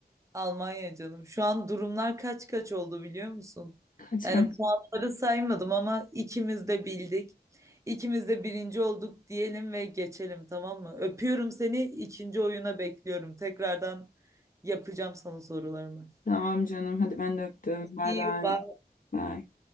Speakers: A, on the right; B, on the left.
A: Almanya canım. Şu an durumlar kaç kaç oldu biliyor musun?
B: Kaç
A: Yani
B: kaç.
A: puanları saymadım ama ikimiz de bildik. İkimiz de birinci olduk diyelim ve geçelim tamam mı? Öpüyorum seni. İkinci oyuna bekliyorum. Tekrardan yapacağım sana sorularımı.
B: Tamam canım. Hadi ben de öptüm. Bay
A: See
B: bay.
A: you. Bye.
B: Bay.